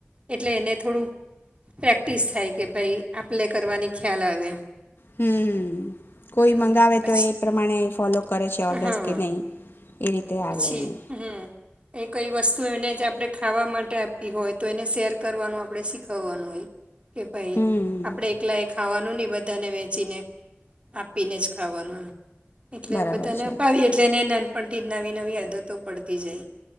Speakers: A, on the right (about 30°); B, on the left (about 55°).
A: એટલે એને થોડુંક પ્રેક્ટિસ થાય. કે ભાઈ આપલે કરવાની ખ્યાલ આવે.
B: હમ કોઈ
A: હમ
B: મંગાવે
A: પછી
B: તો એ પ્રમાણે ફોલો કરે છે ઓર્ડર્સ
A: હા
B: કે નહીં એ રીતે આવડેને.
A: પછી હમ એ કઈ વસ્તુ એને જ આપણે ખાવા માટે આપી હોય તો એને શેર કરવાનું આપણે શીખવવાનું હોય. કે ભાઈ
B: હમ
A: આપડે એકલા એ ખાવાનું નોની બધાને વેચીને આપીને જ ખાવાનું. એટલે
B: બરાબર
A: બધાંને
B: છે
A: અપાવી એટલેને નન પણ ટે નવી નવી આદતો પડતી જાય.